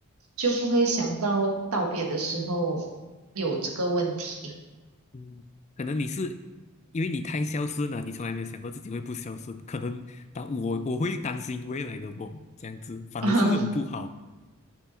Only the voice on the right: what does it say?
就不会想到道别的时候有这个问题。
<laughs> 啊